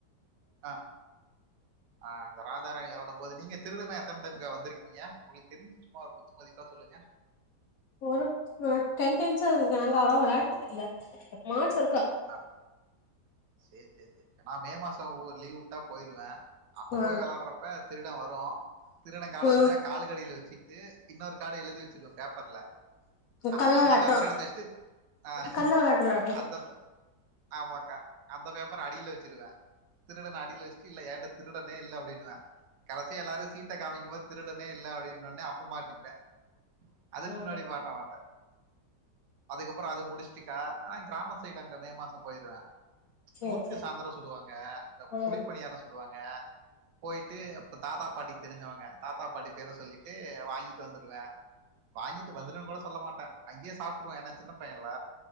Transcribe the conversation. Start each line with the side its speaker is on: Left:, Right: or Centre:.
Right: ஆ ஆ அந்த ராஜாராணி வெளாடும் போது நீங்க திருடனா எத்தன டைம்க்கா வந்திருக்கீங்க உங்களுக்கு தெரி்ஞ்சி சும்மா ஒரு குத்துமதிப்பா சொல்லுங்க
Left: ஒரு நா டென் டைம்ஸ்ஸா இருந்துருக்கே நாங்க அவ்வளவா வெளையாண்டுனது இல்ல எப்பமாச் ஒருக்
Right: ஆட சேர் சேர் செரிக்கா நா மே மாச ஒவ்வொரு லீ்வுட்டா போய்ருவே அப்ப
Left: ஆ
Right: போய் வெளையாட்றப்ப திருட வரு திருட கார்டு
Left: ஆ
Right: வந்துச்சுன்னா காலுக்கடியில வச்சிட்டு இன்னொரு காடு எழுதி வச்சிருவே பேப்பர்ல ஆ
Left: கள்ள
Right: அந்த
Left: வெளாட்டோ
Right: பேப்பர் எடுத்து வச்சிட்டு ஆ
Left: கள்ள வெளாட்டு வெளாட்றது
Right: அந்த பே ஆமாக்கா அந்த பேப்பர அடியில வச்சிருவே திருடன அடியில வச்சுட்டு இல்ல ஏன்ட்ட திருடனே இல்ல அப்டின்னுவே கடைசியா எல்லாரு சீட்ட காமிக்கும்போது திருடனே இல்ல அப்டின்னொன்னே அப்ப மாட்டிப்பேன் அதுக்கு
Left: ஆ
Right: முன்னாடி மாட்ட மாட்டே அதுக்கப்பற அது முடிச்சுட்டுக்கா ஆ கிராம சைடு அங்க மே மாச போய்ருவே
Left: சேரி
Right: முறுக்கு
Left: சேரி
Right: சாயந்தர சுடுவாங்க இந்த
Left: ஆ
Right: குழிப்பணியார சுடுவாங்க போயிட்டு அப்ப தாத்தா பாட்டி தெரிஞ்சவங்க தாத்தா பாட்டி பேர சொல்லிட்டு வாங்கிட்டு வந்துருவே வாங்கிட்டு வந்துட்டேன்னு கூட சொல்ல மாட்டே அங்கயே சாப்ட்ருவேன் ஏன்னா சின்ன பையன்ல